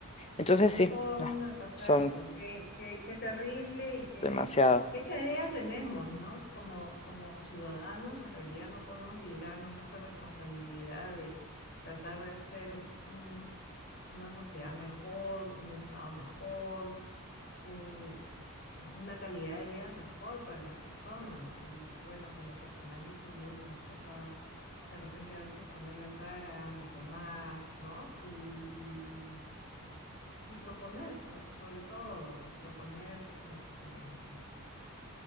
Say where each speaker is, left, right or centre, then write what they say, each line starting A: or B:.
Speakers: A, on the left; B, on the left.
A: Entonces sí,
B: todo el
A: ah,
B: mundo le pasa
A: son
B: eso. Qué, qué, qué terrible y qué,
A: demasiado.
B: qué tarea tenemos, ¿no? Como, como ciudadanos, en realidad no podemos librarnos de esta responsabilidad de tratar de hacer un- una sociedad mejor, un estado mejor, un- una calidad de vida mejor para las personas. Y bueno, como personal de salud nos toca de repente a veces poner la cara, reclamar, ¿no? Y, y proponer, so- sobre todo, proponer, este,